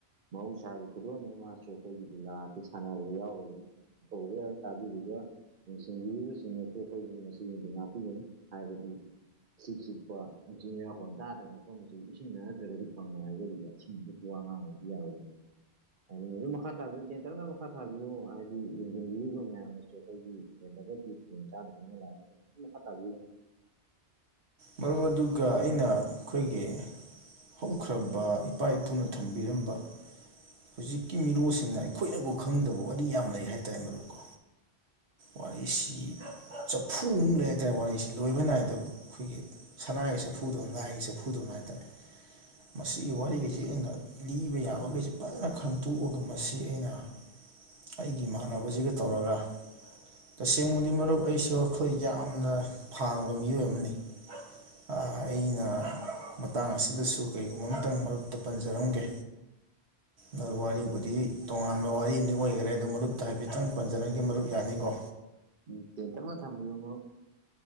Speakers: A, on the right; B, on the right.
A: ꯃꯍꯧꯁꯥꯒꯤ ꯈꯨꯗꯣꯜꯅꯦ ꯃꯥꯁꯨ ꯑꯈꯣꯏꯒꯤ ꯂꯤꯂꯥꯁꯦ ꯁꯥꯟꯅꯕꯗ ꯌꯥꯎꯔꯤꯕꯅꯤ ꯇꯧꯒꯦ <unintelligible> ꯇꯥꯕꯤꯔꯤꯕ ꯌꯦꯡꯁꯤꯟꯕꯤꯔꯤꯕꯁꯤꯡꯅꯁꯨ ꯑꯈꯣꯏꯕꯨ ꯉꯁꯤꯒꯤꯗꯤ ꯉꯥꯛꯄꯤꯒꯅꯤ ꯍꯥꯏꯕꯗꯨ ꯆꯤꯛ ꯆꯤꯛꯄ ꯃꯤꯆꯤꯛ ꯃꯤꯔꯥꯎꯈꯣꯟ ꯇꯥꯗꯕ ꯃꯐꯝ ꯑꯁꯤ ꯏꯁꯤꯡꯗ ꯅꯠꯇ꯭ꯔꯒꯗꯤ ꯐꯪꯉꯣꯏ ꯍꯥꯏꯖꯔꯤꯕ ꯏꯁꯤꯡꯖꯤ ꯋꯥ ꯉꯥꯡꯉꯨꯕꯗꯤ ꯌꯥꯔꯣꯏꯗꯕꯅꯤ ꯑꯗꯨꯅ ꯑꯗꯨꯝ ꯃꯈꯥ ꯇꯥꯕꯤꯌꯨ ꯇꯦꯟꯇꯛꯅ ꯃꯈꯥ ꯇꯥꯕꯤꯌꯨ ꯍꯥꯏꯗꯤ ꯌꯦꯡ ꯌꯦꯡꯕꯤꯔꯤꯕ ꯃꯌꯥꯝꯅꯁꯨ ꯑꯈꯣꯏꯒꯤ ꯍꯦꯜꯂꯒꯗꯤ ꯈꯨꯗꯣꯡꯆꯥꯗꯕꯅ ꯂꯥꯛꯑꯒ ꯑꯗꯨꯝ ꯃꯈꯥꯇꯥꯕꯤꯌꯨ
B: ꯃꯔꯝ ꯑꯗꯨꯒ ꯑꯩꯅ ꯑꯈꯣꯏꯒꯤ ꯍꯧꯈ꯭ꯔꯕ ꯏꯄꯥ ꯏꯄꯨꯅ ꯊꯝꯕꯤꯔꯝꯕ ꯍꯧꯖꯤꯛꯀꯤ ꯃꯤꯔꯣꯜꯁꯤꯡꯅ ꯑꯩꯈꯣꯏꯅꯕꯨ ꯈꯪꯗꯕ ꯋꯥꯔꯤ ꯌꯥꯝ ꯂꯩ ꯍꯥꯏꯇꯥꯔꯦ ꯃꯔꯨꯞ ꯀꯣ ꯋꯥꯔꯤꯁꯤ ꯆꯐꯨꯃꯨꯛ ꯂꯩ ꯍꯥꯏꯇꯥꯔꯦ ꯋꯥꯔꯤꯁꯤ ꯂꯣꯏꯕ ꯅꯥꯏꯗꯕ ꯑꯩꯈꯣꯏꯒꯤ ꯁꯅꯥꯒꯤ ꯆꯐꯨꯗꯧꯅ ꯂꯥꯏꯒꯤ ꯆꯥꯐꯨꯗꯧꯅ ꯍꯥꯏꯇꯥꯔꯦ ꯃꯁꯤꯒꯤ ꯋꯥꯔꯤꯈꯩꯖꯤ ꯑꯩꯅ ꯂꯤꯕ ꯌꯥꯕꯒꯩꯁꯤ ꯐꯖꯅ ꯈꯟꯇꯣꯛꯑꯒ ꯃꯁꯤ ꯑꯩꯅ ꯑꯩꯒꯤ ꯏꯃꯥꯟꯅꯕꯖꯤꯒ ꯇꯧꯔꯒ ꯇꯁꯦꯡꯕꯗꯤ ꯃꯔꯨꯞ ꯑꯩꯁꯨ ꯋꯥꯈꯜ ꯌꯥꯝꯅ ꯐꯥꯡꯕ ꯃꯤꯑꯣꯏ ꯑꯃꯅꯤ ꯑꯥ ꯑꯩꯅ ꯃꯇꯥꯡ ꯑꯁꯤꯗꯁꯨ ꯀꯔꯤꯒꯨꯝꯕ ꯑꯃꯇꯪ ꯃꯔꯨꯞꯇ ꯄꯟꯖꯔꯝꯒꯦ ꯅ ꯋꯥꯔꯤꯕꯨꯗꯤ ꯇꯣꯉꯥꯟꯕ ꯋꯥꯔꯤ ꯑꯝꯗꯤ ꯑꯣꯏꯒꯔꯦ ꯑꯗꯣ ꯃꯔꯨꯞꯇ ꯍꯥꯏꯐꯦꯠꯇꯪ ꯄꯟꯖꯔꯝꯒꯦ ꯃꯔꯨꯞ ꯌꯥꯅꯤꯀꯣ
A: ꯎꯝ ꯇꯦꯟꯇꯛꯅ ꯊꯝꯕꯤꯌꯨ ꯃꯔꯨꯞ